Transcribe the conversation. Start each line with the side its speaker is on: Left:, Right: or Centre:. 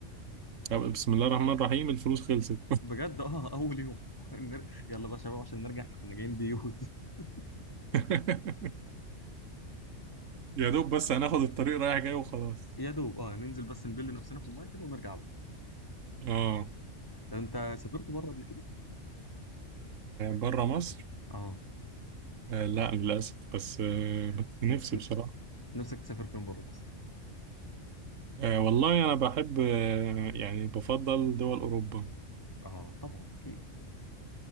Right: طب بسم الله الرحمن الرحيم الفلوس خلصت
Left: بجد اه اول يوم <laughs> نر- يلا بقى يا شباب عشان نرجع احنا كنا جايين ديوز <laughs>
Right: <laughs> يا دوب بس هناخد الطريق رايح جاي وخلاص
Left: يا دوب اه ننزل بس نبل نفسنا في المايه كده ونرجع بقى
Right: اه
Left: طب انت سافرت بره قبل كده؟
Right: بره مصر
Left: اه
Right: آه لا للاسف بس آه بس نفسي
Left: ن- ن-
Right: بصراحه
Left: نفسك تسافر فين بره مصر؟
Right: آه والله انا بحب آه يعني بفضل دول اوروبا
Left: اه طبعا اكيد